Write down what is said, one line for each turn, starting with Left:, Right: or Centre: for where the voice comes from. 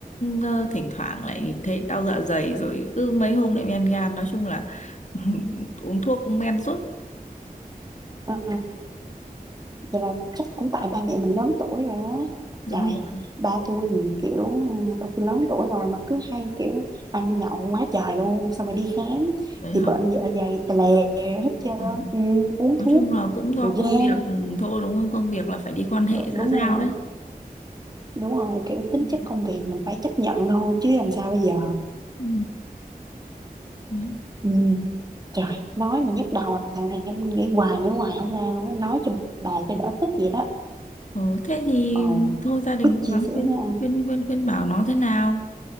Left: ờ, thỉnh thoảng lại thấy đau dạ dày rồi cứ mấy hôm lại men gan nói chung là <laughs> uống thuốc cũng men suốt
Right: à, vậy là chắc cũng tại ba mẹ mình lớn tuổi rồi á
Left: đúng
Right: trời
Left: rồi
Right: ba tôi nhìn kiểu ừ, ba tôi lớn tuổi rồi mà cứ hay kiểu ăn nhậu quá trời luôn xong rồi đi khám
Left: đấy hả
Right: thì bệnh dạ dày tè lè hết trơn
Left: Ừ.
Right: ừ, uống
Left: nói
Right: thuốc
Left: chung là cũng do
Right: rồi
Left: công
Right: gan
Left: việc thôi đúng không công việc là phải đi quan hệ
Right: đúng
Left: xã giao
Right: rồi
Left: đấy
Right: đúng rồi kiểu tính
Left: ừ.
Right: chất công việc mình phải chấp nhận thôi chứ làm sao bây giờ
Left: Ừ. Đấy.
Right: ừ. Trời, nói mà nhức đầu thằng này em nghĩ hoài nghĩ hoài không ra luôn á nói cho bà cho đỡ tức vậy đó
Left: Ừ, thế thì
Right: ờ
Left: thôi gia đình
Right: Bích
Left: cố
Right: chia
Left: gắng
Right: sẻ
Left: khuyên
Right: với anh
Left: khuyên khuyên khuyên bảo nó thế nào